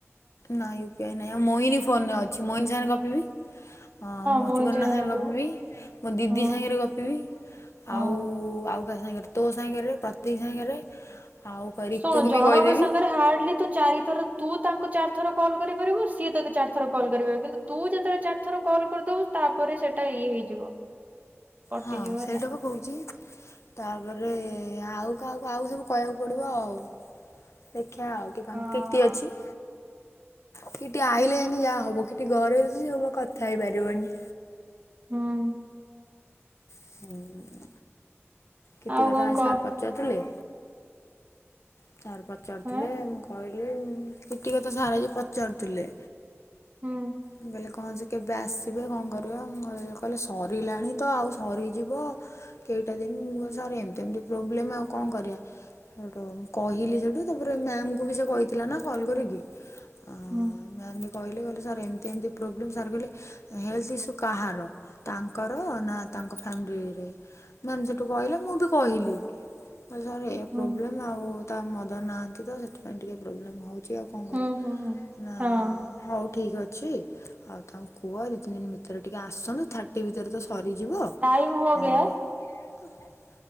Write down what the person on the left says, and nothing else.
ନା ୟୁ ପି ଆଇ ନାଇଁ ଆଉ ମୋହିନୀ ଫୋନରେ ଅଛି ମୋହିନୀ ସାଙ୍ଗ ରେ ଗପିବି। ହଁ ମୋଚିପର୍ଣ୍ଣା
ସାଙ୍ଗରେ
ଗପିବି ମୋ ଦିଦି
ସାଙ୍ଗରେ ଗପିବି
ଆଉ ଆଉ ସାଙ୍ଗରେ ତୋ ସାଙ୍ଗରେ ପ୍ରତିକ ସାଙ୍ଗରେ ଆଉ କ ରିତୁକୁ
ବି କହିଦେବି
ହଁ
ସେଇଟାକୁ- ହଉଚି ତାପରେ ଆଉ କାହାକୁ ଆଉ ସବୁ କହିବାକୁ ପଡିବ ଆଉ। ଦେଖିଆ ଆଉ <inaudible>
କିଟି ଅଛି। କିଟି ଆଇଲେ ଯାଇଁକି ଯାହା ହବ କିଟି ଘରେ ସେ ବା କଥା ହେଇ ପାରିବନି।
ହୁଁ କିଟି
କଥା
ଆଜି
ସାର୍ ପଚାରୁଥିଲେ ସାର ପଚାରୁଥିଲେ
ମୁଁ କହିଲି କିଟି କଥା ସାର ଆଜି ପଚାରୁଥିଲେ
ମୁଁ କହିଲେ କଣ ସେ କେବେ ଆସିବେ କଣ କରିବା ମୁଁ କହିଲ କହିଲେ ସରିଲାଣି ତ ଆଉ ସରିଯିବ କେଇଟା ଦିନ ମୁ କହିଲି ସାର ଏମତି ଏମତି ପ୍ରୋବ୍ଲେମ ଆଉ କଣ କରିବା ମୁ କହିଲି ସେଠୁ ତାପରେ ମ୍ୟାମକୁ ବି ସେ କହିଥିଲା ନା କଲ କରିକି ଆ
ମାମ୍ କହିଲେ କହିଲେ ସାର୍ ଏମିତି ଏମିତି ପ୍ରୋବ୍ଲେମ୍ ସାର କହିଲେ ହେଲ୍ଥ ଇସୁ କାହାର ତାଙ୍କର ନା ତାଙ୍କ ଫ୍ୟାମିଲିରେ ମ୍ୟାମ ସେଠୁ କହିଲେ ମୁଁ ବି କହିଲି ହ ସାର୍ ଏ
ପ୍ରୋବ୍ଲେମ୍ ଆଉ ତା ମଦର ନାହାନ୍ତି ତ ସେଥିପାଇଁ ଟିକେ ପ୍ରୋବ୍ଲେମ ହଉଛି ଆଉ କଣ କରେ
ନା
ହଉ ଠିକ୍ ଅଛି ଆଉ ତାଙ୍କୁ କୁହ ଦୁଇ ତିନି ଦିନ ଭିତରେ ଟିକେ ଆସନ୍ତୁ ଥାର୍ଟି ଭିତରେ ତ ସରିଯିବ ଆ
<unintelligible>